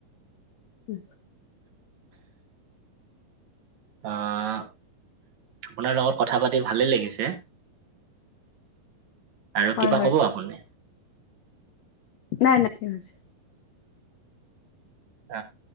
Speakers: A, on the left; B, on the right.
A: উম
B: আহ আপোনাৰ লগত কথা পাতি ভালেই লাগিছে।
A: <inaudible>
B: আৰু কিবা
A: হয়,
B: ক'ব আপুনি?
A: নাই নাই ঠিক হৈছে।
B: অ